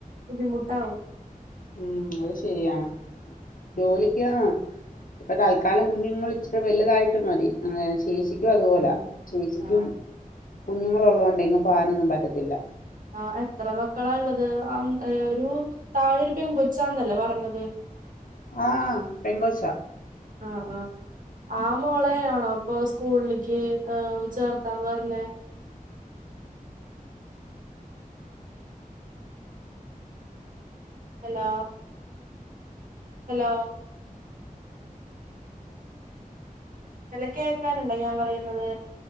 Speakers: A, on the right; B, on the left.
A: ബുദ്ധിമുട്ടാവും.
B: ഉം അയ് ശരിയാണ്. ജോലിക്ക് ആഹ് ഇപ്പൊ തൽക്കാലം കുഞ്ഞുങ്ങൾ ഇച്ചിരി വലുതായിട്ട് മതി അങ്ങനെ ചെ ചേച്ചിക്കും അതുപോല
A: ഉം
B: ചേച്ചിക്കും
A: ആഹ്
B: കുഞ്ഞുങ്ങളുള്ളോണ്ടെയ് എങ്ങും പോവാനൊന്നും പറ്റത്തില്ല.
A: ആഹ് എത്ര മക്കളാ ഇള്ളത് അം ഒരു താഴെരുപെൻകൊച്ചാന്നല്ലേ പറഞ്ഞത്.
B: ആഹ് പെൺകൊച്ച.
A: ആഹ് ആഹ്. ആഹ് മോളെയാണോ ഇപ്പൊ സ്കൂളിക്ക് ഏഹ് ചേർത്താന്ന് പർഞ്ഞേ. Hello hello. ഹലോ കേക്കാനുണ്ടോ ഞാൻ പറയുന്നത്